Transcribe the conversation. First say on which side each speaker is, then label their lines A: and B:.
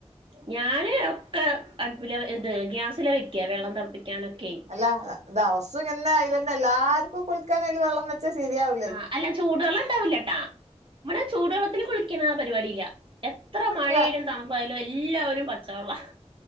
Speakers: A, on the right (about 45°); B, on the right (about 80°).
A: ഞാന് ഒക്കെ അടുപ്പില ഇത് ഗ്യാസില വെക്ക വെള്ളം തിളപ്പിക്കാനൊക്കെ
B: അല്ല ഇത് അവസം ഇങ്ങനെ അതിൽന്നെ എല്ലാർക്കും കുളിക്കാനൻ അയില് വെള്ളം വെച്ചാ ശരിയാവ
A: ആ അല്ല ചൂടു വെള്ളം ഉണ്ടാവൂലട്ടെ ഇവിടെ ചൂടുവെള്ളത്തിൽ കുളിക്കണ പരിപാടിയില്ല എത്ര മഴയാലും
B: അല്ല
A: തണു യാലും എല്ലാവരും പച്ചവെള്ള